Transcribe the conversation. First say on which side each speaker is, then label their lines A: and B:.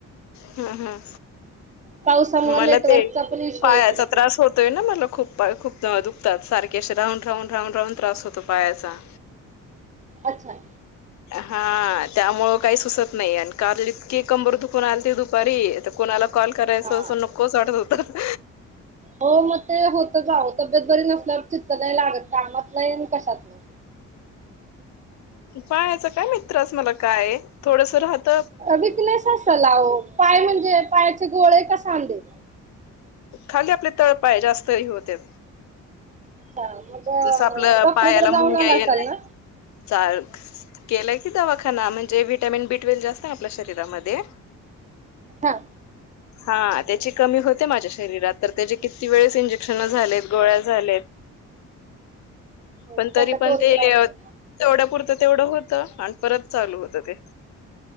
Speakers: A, on the left; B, on the right.
A: हम्, हम्.
B: पावसामुळे
A: मला
B: नेटवर्कचा
A: ते,
B: पण इश्यू
A: पायाचा
B: आहे इकडं खूप
A: त्रास होत तोय ना, मला खूप, खूप दुखतात सारखे असे राहून, राहून, राहून, राहून त्रास होतो, पायाचा.
B: अच्छा,
A: हा, त्यामु काही सुसत नाही. आणि कार इतकी कंबर दु कुणा चे दुपारी, तर कुणाला कॉल करायच,
B: हा
A: अस नकोच वाटत होत.
B: हो, मग ते होतच आव, तब्येत बरी नसल्यावर चित्त नाही लागत, कामात नाही कि कशात नाही.
A: पायाच काय चा काय त्रास मला, काय थोडस राहत.
B: विकनेस असल आव, पाय म्हणजे पायाचे गोळे कसे साधे,
A: खाली आपले, तळपाय जास्त हे होतेय.
B: अच्छा मग
A: जस, आपलं
B: डॉक्टरकडे
A: पायाला
B: जाऊन
A: मुंग्या
B: आला
A: येन,
B: असाल ना?
A: चार केलाय की दवाखाना, म्हणजे विटॅमिन बी ट्वेल जास्त आहे, आपल्या शरीरामध्ये.
B: हा,
A: हा, त्याची कमी होते माझ्या, श शरीरात, तर त्याचे किती वेळेस इंजेकशन झालेत, गोळ्या झालेत.
B: हो
A: पण,
B: त्याचा
A: तरी पण
B: कोर्स
A: ते
B: राहतो.
A: तेवढ्या पुरतं तेवढं होतं, आणि परत चालू होतं ते,